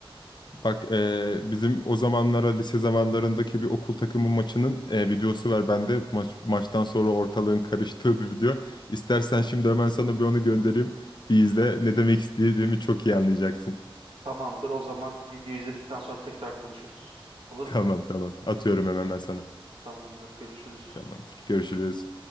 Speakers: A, on the left; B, on the right.
A: Bak e, bizim o zamanlara lise zamanlarındaki bir okul takımı maçının e, videosu var bende. Maç, maçtan sonra ortalığın karıştığı bir video. İstersen şimdi hemen sana bir onu göndereyim. Bir izle. Ne demek istediğimi çok iyi anlayacaksın.
B: Tamamdır o zaman videoyu izledikten sonra tekrar konuşuruz. Olur
A: Tamam
B: mu?
A: tamam. Atıyorum hemen ben sana.
B: Tamamdır görüşürüz.
A: Tamamdır. Görüşürüz.